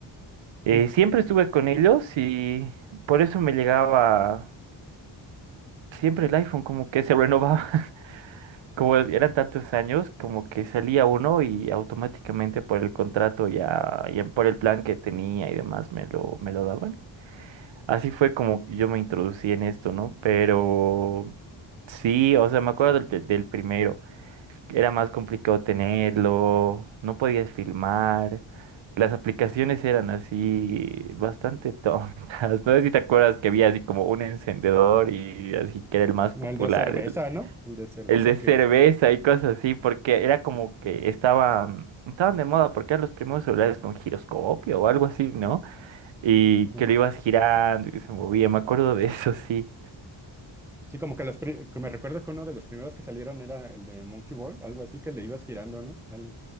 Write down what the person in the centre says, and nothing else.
Sí,
el
de cerveza,
¿no? El de cerveza
que...
Sí,
sí, como que los pri- que me recuerdo que uno de los primeros que salieron era el de Monkey Ball, algo así que le ibas girando, ¿no? algo